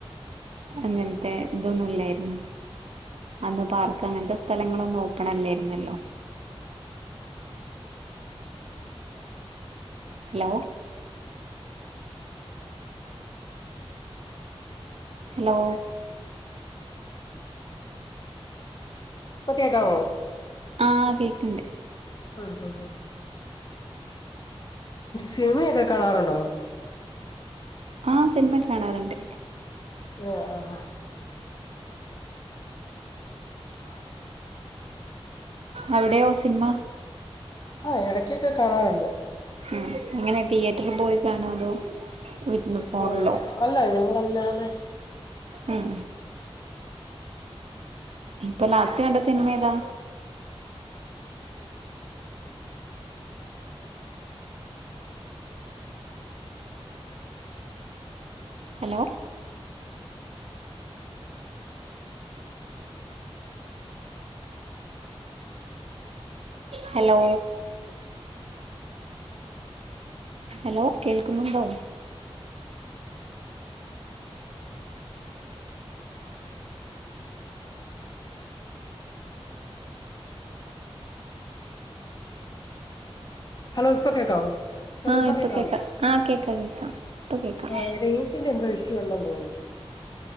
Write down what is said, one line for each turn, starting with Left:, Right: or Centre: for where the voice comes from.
Right: അങ്ങൻത്തെ തൊന്നുല്ലായിര്ന്നു അന്ന് പാർക്ക് അങ്ങൻത്ത സ്ഥലങ്ങളൊന്നു ഓപ്പണല്ലെയ്ര്ന്നല്ലൊ ലോ ഹല്ലോ
Left: പ്പ കേക്കാവോ?
Right: ആഹ് കേക്കണ്ട്
Left: ആഹ് ഹഹ് സിനിമയൊക്കെ കാണാറുണ്ടോ
Right: ആഹ് സിനിമ കാണാറുണ്ട്
Left: ആഹ് ആഹ് ആഹ ആഹ്
Right: അവിടെയോ സിനമ
Left: ആഹ് ഇടക്കൊക്കെ കാണാറുണ്ട്
Right: ഉം അങ്ങനെ തിയേറ്ററി പോയി കാണോ അതോ വീട്ടിന്ന് ഫോണിലോ
Left: ഓരോ നെലങ്ങളല്ലാതെ
Right: ഉം ഇപ്പൊ ലാസ്റ്റ് കണ്ട സിനിമ ഏതാ ഹലോ ഹലോ ഹലോ കേൾക്കുന്നുണ്ടോ
Left: ഹലോ ഇപ്പ കേക്കാവോ ഹെലോ
Right: ആ
Left: ഇപ്പോ
Right: ഇപ്പൊ
Left: കേകാവോ
Right: കേക്കാം ആ കേക്കാം കേക്കാം ഇപ്പൊ കേക്കാം
Left: ആഹ് റൈഞ്ചിന്റെ എന്തോ ഇഷ്യുണ്ടെന്ന് തോന്നുന്നു <inaudible>